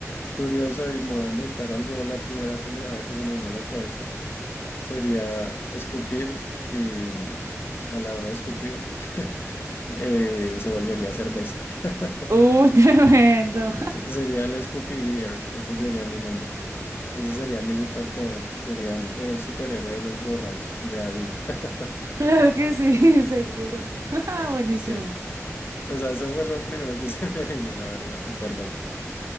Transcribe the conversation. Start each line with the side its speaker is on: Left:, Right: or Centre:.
Left: curioso y me voy a inventar algo. La primera pendejada que se me vino a la cabeza sería escupir y a la hora de escupir <laughs> eh, se volvería cerveza. <laughs>
Right: Uh, <laughs> tremendo.
Left: Se- Sería el Scoopy Beer, ese sería mi nombre. Entonces sería mi superpoder, sería el, el superhéroe de los borrachos, de David. <laughs>
Right: Claro que sí, <laughs> seguro. <laughs> Ah, Buenísimo.
Left: Sí, o sea, eso fue lo primero que <laughs> se me vino, la verdad, súper loco.